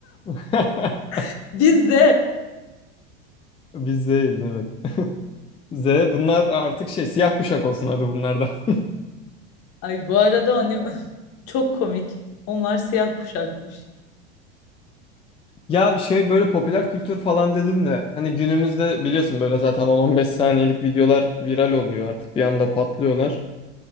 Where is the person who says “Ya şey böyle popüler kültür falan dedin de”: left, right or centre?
Left